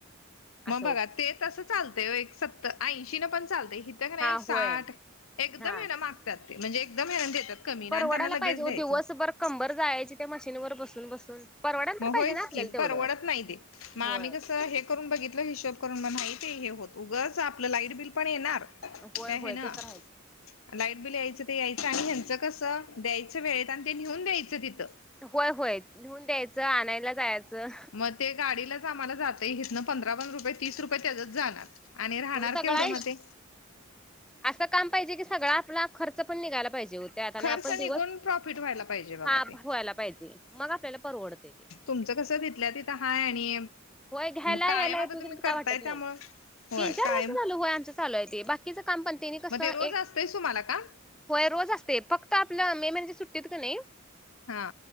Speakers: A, on the left; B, in the centre.
A: मग
B: असं
A: बघा
B: होत.
A: तेच तसं चालतय व्हय एक सत्तर ऐंशी न पण चालतय इथं का नाही
B: हा
A: साठ
B: होय
A: एकदम
B: हा.
A: आहे ना माग जाते म्हणजे एकदम येन घेतात कमी
B: परवडायला
A: आणि त्यांना लगेच
B: पाहिजे
A: द्यायचं
B: ओ दिवसभर कंबर जायची त्या मशीनवर बसून बसून परवडायला
A: मग
B: तर पाहिजे
A: होयच
B: ना आपल्याला
A: की
B: तेवढं.
A: परवडत नाही ते मग
B: होय.
A: आम्ही कस हे करून बघितल हिशोब करून म माहीती हे होत उगंच आपलं लाईट बिल पण येणार त्या
B: होय होय
A: ह्यानं
B: ते तर आहेच.
A: लाईट बिल यायचं ते यायचं आणि ह्यांचं कसं द्यायचं वेळेत आणि ते नेऊन द्यायचं तिथं
B: होय होय नेऊन द्यायचं आणायला जायचं
A: मग ते गाडीलाच आम्हाला जात इथनं पंधरा पंधरा रुपये तीस रुपये त्याचच जाणार आणि राहणार
B: होय सगळा
A: केवढं म ते
B: असं काम पाहिजे कि सगळ आपलं खर्च पण निघायला पाहिजे ओ त्यात आणि
A: खर्च
B: आपण दिवस
A: निघून प्रॉफिट व्हायला पाहिजे बघा
B: हा
A: ते.
B: व्हायला पाहिजे मग आपल्याला परवडते ते
A: तुमचं कसं तिथलं तिथं हाय आणि
B: होय घ्यायला
A: कायम
B: यायलाय
A: आता
B: येत होत
A: तुम्ही
B: तर
A: करताय
B: काय वाटत
A: त्यामुळं
B: नाही
A: होय
B: तीन चार
A: कायम
B: वर्ष झाल व्हय आमचं चालू आहे ते बाकीचं काम पण त्यांनी कसं
A: मग ते रोज
B: एक
A: असतंयच तुम्हाला काम
B: होय रोज असते फक्त आपल्या मे महिन्याच्या सुट्टीत का नाही
A: हा.